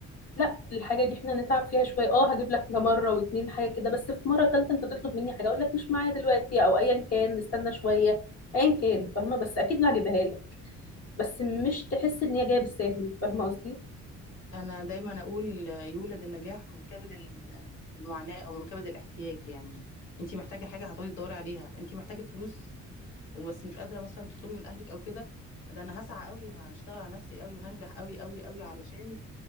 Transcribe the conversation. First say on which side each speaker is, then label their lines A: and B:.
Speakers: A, on the left; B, on the left.
A: لا الحاجة دي احنا هنتعب فيها شوية اه هجيب لك ده مرة واتنين حاجة كده بس في مرة تالتة انت تطلب مني حاجة اقول لك مش معايا دلوقتي او ايا كان نستنى شوية ايا كان فاهمة بس اكيد هجيبها لك بس مش تحس ان هي جاية بالساهل فاهمة قصدي
B: انا دايما اقول آه، يولد النجاح من كبد ال- المعاناه او من كبد الاحتياج يعني انت محتاجه حاجه هتقعدي تدوري عليها انت محتاجه فلوس وبس مش قادره مثلا تطلبي من اهلك او كده ده انا هسعى قوي وهشتغل على نفسي قوي وهنجح قوي قوي قوي علشان